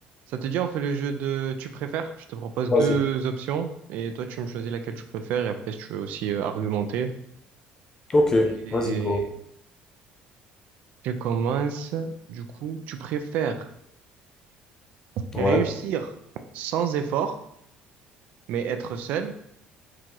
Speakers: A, on the right; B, on the left.
A: Ça te dit, on fait le jeu de tu préfères? Je te propose
B: Vas-y.
A: deux options et toi, tu me choisis laquelle tu préfères et après, si tu veux aussi euh, argumenter.
B: Ok,
A: Et
B: vas-y, go.
A: je commence. Du coup, tu préfères
B: Ouais,
A: réussir sans effort, mais être seul,